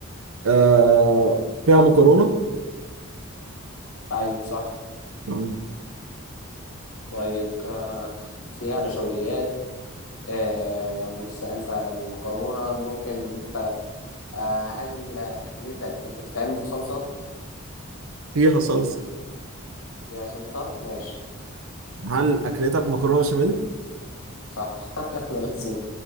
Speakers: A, on the right (about 70°); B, on the left (about 80°).
A: آه فيها مكرونه
B: أيوة صح
A: تمام.
B: طيب آه، فيها نشويات آه، أنت سألت على المكرونة ممكن أنت آه، هل أكلتك بتتعمل بصلصة
A: فيها صلصه
B: فيها صلصة ماشي
A: هل اكلتك مكرونه بشاميل
B: صح <laughs> ده لازم